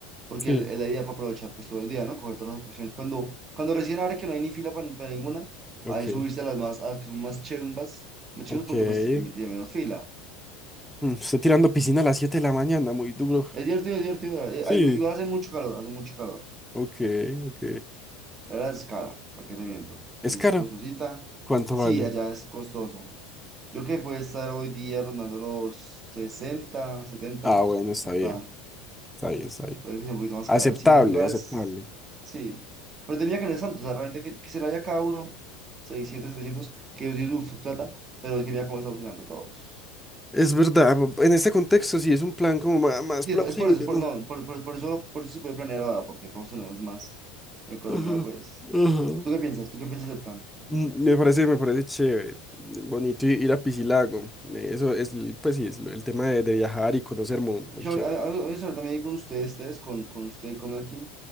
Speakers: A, on the right (about 35°); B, in the centre.
A: porque
B: Sí.
A: el- es la idea para aprovechar pues todo el día, ¿no? Coger todas las atracciones. Cuando, cuando recién ahora que no hay ni fila para, para ninguna,
B: Ok,
A: hay subirse a las más, a las que son más chimbas, más
B: ok.
A: chivas, porque pues me- tiene menos fila.
B: Mm, Estoy tirando piscina a las 7 de la mañana, muy duro.
A: Es divertido, es divertido. la verdad. Eh,
B: Sí,
A: hay- Igual hace mucho calor, hace mucho calor.
B: ok, ok.
A: La verdad es cara, ¿para qué te miento?
B: ¿Es
A: Es
B: caro?
A: costosita.
B: ¿Cuánto
A: Sí,
B: vale?
A: allá es costoso. Yo que puede estar hoy día rondando los sesenta 70
B: Ah, bueno, está
A: la entrada.
B: bien, está bien, está bien.
A: Puede que sea un poquito más
B: Aceptable,
A: cara. Sí, igual
B: aceptable.
A: es. Sí. Pero tenía que no es tanto. O sea, realmente que, que se vaya cada uno seiscientos 700 que yo digo, uff, es plata. Pero es que mira cómo estamos ganando todos.
B: Es verdad, en este contexto sí es un plan como ma- más
A: Sí,
B: plausible,
A: es, es por eso, es por,
B: ¿no?
A: no, por, por, por eso, por eso se puede planear ahora, porque todos tenemos más economía,
B: Ajá,
A: pues.
B: ajá.
A: ¿Tú qué piensas? ¿Tú qué piensas del plan?
B: Mm, Me parece, me parece chévere, bonito i- ir a Piscilago. eh, Eso es, l- pues sí, es lo- el tema de, de viajar y conocer muy muy,
A: Yo,
B: chévere.
A: a, a, a, también ir con ustedes, ustedes, con, con usted y con Elkin,